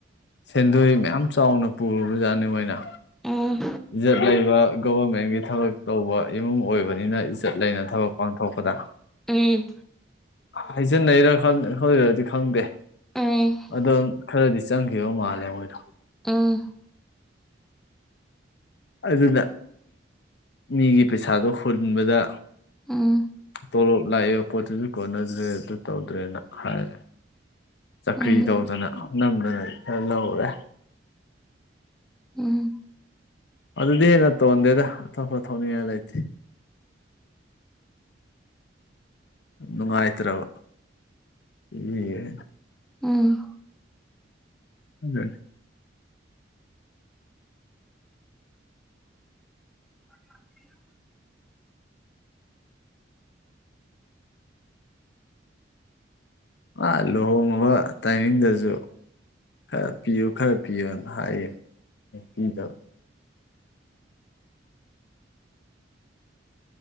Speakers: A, on the left (about 65°); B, in the centre.
A: ꯁꯦꯟꯗꯣꯏ ꯃꯌꯥꯝ ꯆꯥꯎꯅ ꯄꯨꯔꯨꯔꯕ ꯖꯥꯠꯅꯤ ꯃꯣꯏꯅ
B: ꯎꯝ
A: ꯏꯖꯠ ꯂꯩꯕ ꯒꯣꯚꯔꯃꯦꯟꯒꯤ ꯊꯕꯛ ꯇꯧꯕ ꯏꯃꯨꯡ ꯑꯣꯏꯕꯅꯤꯅ ꯏꯖꯠ ꯂꯩꯅ ꯊꯕꯛ ꯄꯥꯡꯊꯣꯛꯄꯗ
B: ꯎꯝ
A: ꯍꯖꯤꯟꯅꯩꯔ ꯈꯪꯔꯗꯤ ꯈꯪꯗꯦ
B: ꯎꯝ
A: ꯑꯗꯣ ꯈꯔꯗꯤ ꯆꯪꯈꯤꯕ ꯃꯥꯜꯂꯦ ꯃꯣꯏꯗꯣ
B: ꯑꯝ
A: ꯑꯗꯨꯅ ꯃꯤꯒꯤ ꯄꯩꯁꯥꯗꯣ ꯍꯨꯟꯕꯗ
B: ꯎꯝ
A: ꯇꯣꯂꯣꯞ ꯂꯥꯛ ꯏꯕ ꯄꯣꯠꯇꯨꯁꯨ ꯀꯣꯟꯅꯗ꯭ꯔꯦ ꯑꯗꯨ ꯇꯧꯗ꯭ꯔꯦꯅ ꯍꯥꯏ ꯆꯀ꯭ꯔꯤ
B: ꯎꯝ
A: ꯇꯧꯗꯅ ꯅꯝꯗꯅꯗꯤ ꯈꯔ ꯂꯧꯔꯨꯔꯦ
B: ꯎꯝ
A: ꯑꯗꯨꯗꯤ ꯍꯦꯟꯅ ꯇꯣꯟꯗꯦꯗ ꯑꯇꯣꯞꯄ ꯊꯧꯅꯤꯡꯉꯥꯏ ꯂꯩꯇꯦ ꯅꯨꯡꯉꯥꯏꯇ꯭ꯔꯕ ꯏꯑ
B: ꯎꯝ
A: ꯑꯗꯨꯅꯤ
B: ꯍ <unintelligible>
A: ꯑ ꯂꯨꯍꯣꯡꯉꯕ ꯇꯥꯏꯃꯤꯡꯗꯁꯨ ꯈꯔ ꯄꯤꯌꯨ ꯈꯔ ꯄꯤꯌꯣꯅ ꯍꯥꯏꯌꯦ ꯄꯤꯗꯕ